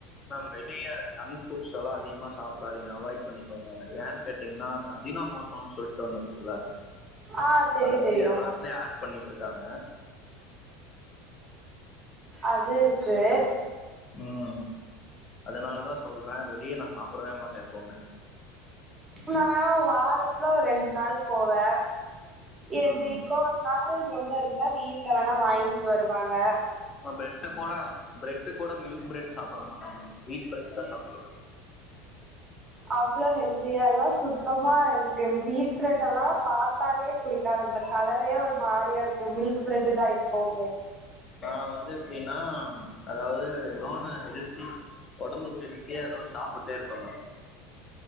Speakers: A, on the left; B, on the right.
A: மேம் வெளிய ஜங்க் ஃபுட்ஸ் எல்லா அதிகமா சாப்பிடாதீங்க அவாய்ட் பண்ணிக்கோங்க ஏன் கேட்டிங்கன்னா அந்த அஜினா மோட்டோன்னு சொல்லிட்டு ஒன்னு இருக்குதுல்ல
B: ஆ தெரியு
A: அதை வந்து
B: தெரியு
A: எல்லாத்துலேயு ஏட் பண்ணிட்டு இருக்காங்க
B: அது இருக்கு
A: உம் அதனாலதா சொல்றே வெளியே நா சாப்பிடவே மாட்டேன் எப்பவுமே
B: நா வேணா வாரத்துல ஒரு ரெண்டு நாள் போவே என்னைக்கோ
A: ம்
B: ஒரு நாள் ரொம்ப இருந்தா வீட்டுல வேணா வாங்கிட்டு வருவாங்க
A: ஆ பிர்ரெட் கூட பிரரெட்டு கூட மில்க் பிரட் சாப்பிட மாட்ட வீட் பிரட் தா சாப்பிடுவே
B: அவ்ளோ ஹெல்தியாலா சுத்தமா எனக்கு வீட் பிரெட் இதெல்லா பாத்தாலே பிடிக்காது அந்த கலரே ஒரு மாரியா இருக்கு மில்க் பிரெட்டு தா எப்போமே
A: நா வந்து எப்டின்னா அதாவது ஏதோன்னு ஹெல்தி ஒடம்புக்கு ஹெல்த்தியா ஏதோ ஒன்னு சாப்புட்டே இருப்ப மேம்